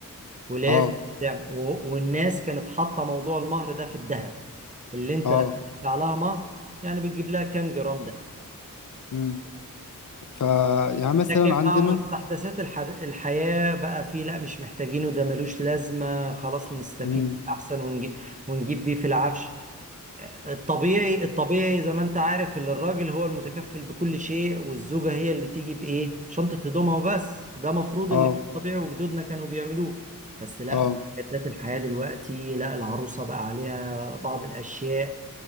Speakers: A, on the right (about 20°); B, on the left (about 60°).
A: ولازم
B: اه
A: تعمل و... والناس كانت حاطه موضوع المهر ده في الذهب اللي انت
B: اه
A: بتدفع لها مهر يعني بتجيب لها كام جرام ده
B: امم ف يعني مثلا
A: لكن
B: عندنا
A: مع مستحدثات الح... الحياه بقى في لا مش محتاجينه ده ملوش لازمه خلاص نستفيد
B: امم
A: احسن ونجي... ونجيب بيه في العفش الطبيعي الطبيعي زي ما انت عارف ان الراجل هو المتكفل بكل شيء والزوجة هي اللي تيجي بايه شنطة هدومها وبس ده مفروض
B: اه
A: اللي كان طبيعي وجدودنا كانوا بيعملوه بس لا
B: اه
A: مستجدات الحياة دلوقتي لا العروسة بقى عليها بعض الأشياء